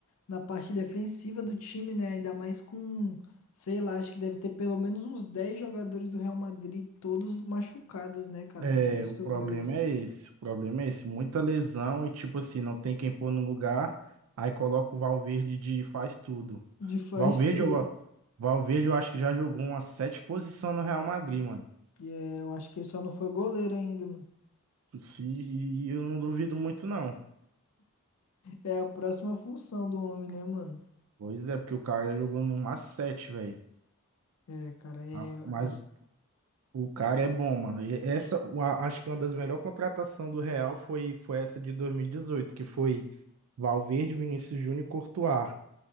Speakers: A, on the left; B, on the right.
A: na parte defensiva do time, né? Ainda mais com, sei lá, acho que deve ter pelo menos uns 10 jogadores do Real Madrid, todos machucados, né, cara?
B: É,
A: Não sei se
B: o
A: tu
B: problema
A: viu isso.
B: é esse, o problema é esse, muita lesão e tipo assim, não tem quem pôr no lugar, aí coloca o Valverde de faz tudo.
A: De faz
B: Valverde,
A: tudo.
B: eu, Valverde eu acho que já jogou umas sete posições no Real Madrid, mano.
A: E é, eu acho que ele só não foi goleiro ainda, mano.
B: Se, e eu não duvido muito, não.
A: É a próxima função do homem, né, mano?
B: Pois é, porque o cara jogou no Macete, velho.
A: É, cara, é.
B: Ah, Mas
A: essa-
B: o cara é bom, mano. E essa, a- acho que uma das melhores contratações do Real foi, foi essa de 2018 que foi Valverde, Vinícius Júnior e Courtois.